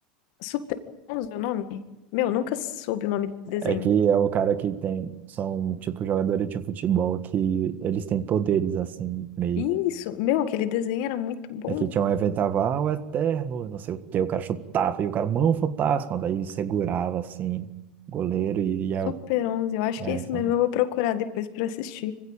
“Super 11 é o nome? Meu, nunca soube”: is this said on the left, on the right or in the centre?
Left